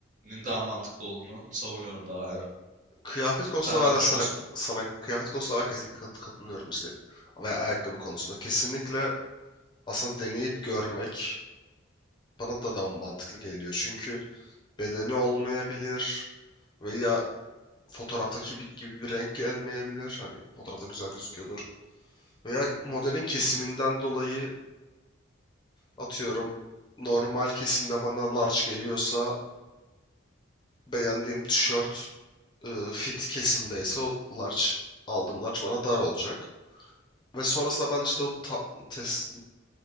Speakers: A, on the right; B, on the left.
A: daha
B: E,
A: mantıklı olduğunu savunuyorum daha halen.
B: Kıyafet konusunda
A: Sen
B: ben
A: ne
B: de
A: düşünüyorsun?
B: sana sana kıyafet konusunda ben kesinlikle kat- katılıyorum işte. Veya ayakkabı konusunda kesinlikle aslında deneyip görmek bana da daha mantıklı geliyor. Çünkü bedeni olmayabilir veya fotoğraftaki gibi bir renk gelmeyebilir. Hani fotoğrafta güzel gözüküyordur. Veya modelin kesiminden dolayı atıyorum normal kesimde bana large geliyorsa beğendiğim tişört e, fit kesimdeyse o large aldım large bana dar olacak. Ve sonrasında ben işte o ta- tes-